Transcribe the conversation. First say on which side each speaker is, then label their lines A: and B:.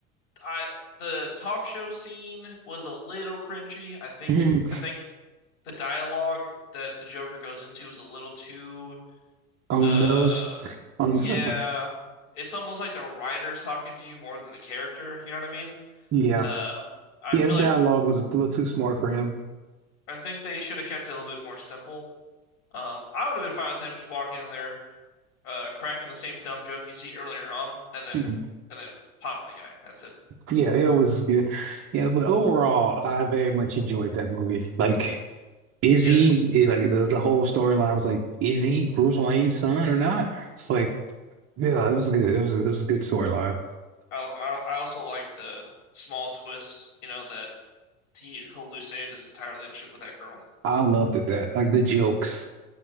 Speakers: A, on the left; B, on the right.
A: I the talk show scene was a little cringy. I think
B: Mhm.
A: I think the dialogue that the Joker goes into is a little too
B: On
A: Uh,
B: those, on
A: yeah,
B: <laughs>
A: it's almost like the writer's talking to you more than the character. You know what I mean?
B: yeah,
A: Uh, I
B: yeah.
A: feel
B: The dialogue
A: like
B: was a little too smart for him.
A: I think they should have kept it a little bit more simple. Um, I would have been fine with him just walking in there, uh, cracking the same dumb joke you see earlier on, and then
B: Hmm.
A: and then popping the guy. That's it.
B: Yeah, it was good. Yeah, but overall, I very much enjoyed that movie. Like, is
A: Yes,
B: he it- like the, the whole storyline was like, is he Bruce Wayne's son or not? It's like, yeah, it was good. It was it was a good storyline.
A: I and I, I also like the small twist. You know that he hallucinated his entire relationship with that girl.
B: I loved it that like the jokes.